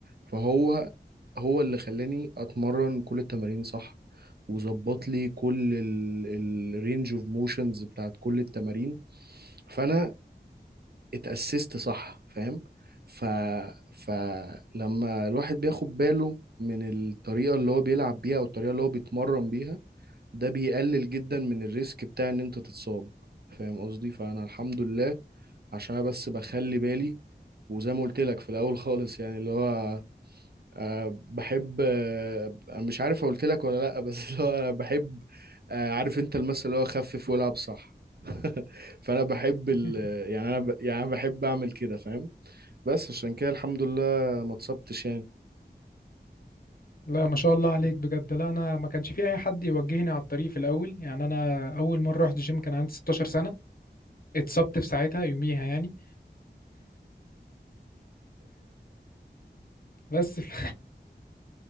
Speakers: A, on the right; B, on the left.
A: فهو هو اللي خلاني اتمرن كل التمارين صح وظبط لي كل الرينج اوف موشنز بتاعت كل التمارين فانا اتأسست صح فاهم ف فلما الواحد بياخد باله من الطريقة اللي هو بيلعب بيها والطريقة اللي هو بيتمرن بيها ده بيقلل جدا من الريسك بتاع ان انت تتصاب فاهم قصدي فانا الحمد لله عشان أنا بس بخلي بالي وزي ما قلت لك في الاول خالص يعني اللي هو أه بحب آه، انا مش عارف قلت لك ولا لا <laughs> بس اللي هو انا بحب أه عارف انت المثل اللي هو خفف والعب صح <laughs> فانا بحب ال
B: <laughs>
A: يعني انا ب... يعني انا بحب اعمل كده فاهم بس عشان كده الحمد لله ما اتصبتش يعني
B: لا ما شاء الله عليك بجد لا انا ما كانش في اي حد يوجهني على الطريق في الاول يعني انا اول مره رحت جيم كان عندي 16 سنه اتصبت في ساعتها يوميها يعني بس ف... <laughs>